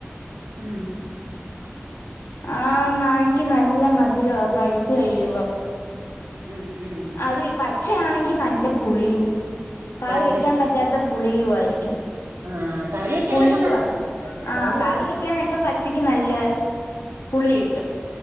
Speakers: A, on the right; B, on the left.
A: ഉം
B: ആഹ മാങ്ങക്ക് നല്ല മധുരവാ പഴുത്ത കഴിയുമ്പം
A: ഉം ഉം ഉം
B: അത് പച്ചയാണെങ്കി നല്ല പുളിയും വായേല്
A: പത്ത്
B: വെക്കാൻ പറ്റാത്ത പുളിയുവയിരിക്കും
A: ആ കറി വെക്കാനൊക്കെ
B: പുളിയുവാ
A: നല്ല
B: ആഹ
A: വെ
B: കറി വെക്കാനൊക്കെ പ ഉച്ചക്ക് നല്ല പുളി ഇട്ടും